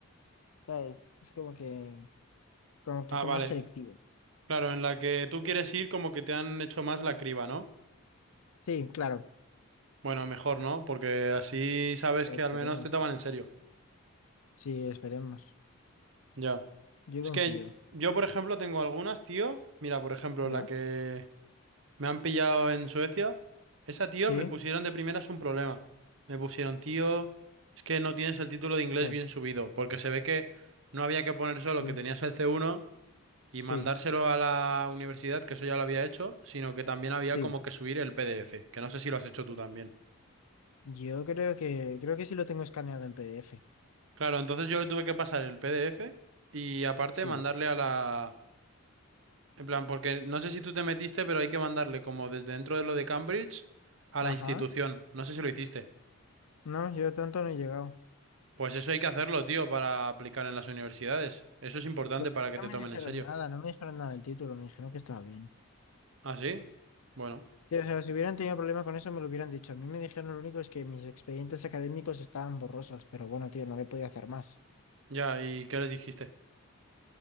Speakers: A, on the left; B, on the right.
A: ¿sabes? Es como que, como que
B: Ah,
A: son
B: vale.
A: más selectivos.
B: Claro, en la que tú quieres ir como que te han hecho más la criba, ¿no?
A: Sí, claro.
B: Bueno, mejor, ¿no? Porque así sabes
A: Y esperemos.
B: que al menos te toman en serio.
A: Sí, esperemos.
B: Ya.
A: Yo
B: Es
A: confío,
B: que yo, por ejemplo, tengo algunas, tío. Mira, por ejemplo,
A: ¿ya?
B: la que me han pillado en Suecia. Esa, tío,
A: Sí,
B: me pusieron de primeras un problema. Me pusieron, tío, es que no tienes el título de inglés
A: bueno,
B: bien subido, porque se ve que no había que poner solo
A: sí,
B: que tenías el C1 y
A: sí,
B: mandárselo a la universidad, que eso ya lo había hecho, sino que también había
A: sí.
B: como que subir el PDF, que no sé si lo has hecho tú también.
A: Yo creo que, creo que sí lo tengo escaneado en PDF.
B: Claro, entonces yo le tuve que pasar el PDF y aparte
A: Sí.
B: mandarle a la... En plan, porque no sé si tú te metiste, pero hay que mandarle como desde dentro de lo de Cambridge a
A: Ajá.
B: la institución. No sé si lo hiciste.
A: No, yo tanto no he llegado.
B: Pues eso hay que hacerlo, tío, para aplicar en las universidades. Eso es importante
A: Pero
B: para
A: a mí
B: que
A: no
B: te
A: me
B: tomen
A: dijeron
B: en serio.
A: nada, no me dijeron nada del título, me dijeron que estaba bien.
B: ¿Ah, sí? Bueno,
A: Sí, o sea, si hubieran tenido problema con eso, me lo hubieran dicho. A mí me dijeron lo único es que mis expedientes académicos estaban borrosos, pero bueno, tío, no le podía hacer más.
B: ya, ¿y qué les dijiste?